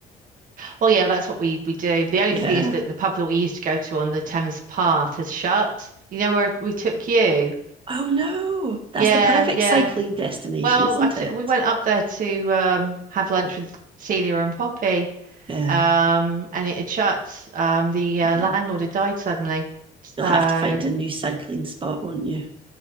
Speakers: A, on the right; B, on the right.
A: Well, yeah, that's what we we do. The only
B: Yeah.
A: thing is that the pub that we used to go to on the Thames Path has shut. You know where we took you?
B: Oh no,
A: Yeah,
B: that's the perfect
A: yeah.
B: cycling destination,
A: Well,
B: isn't
A: I t
B: it?
A: we went up there to um have lunch with Celia and Poppy.
B: Yeah.
A: Um and it had shut. Um the uh,
B: Mm.
A: landlord had died suddenly. So,
B: You'll have to find a new cycling spot, won't you?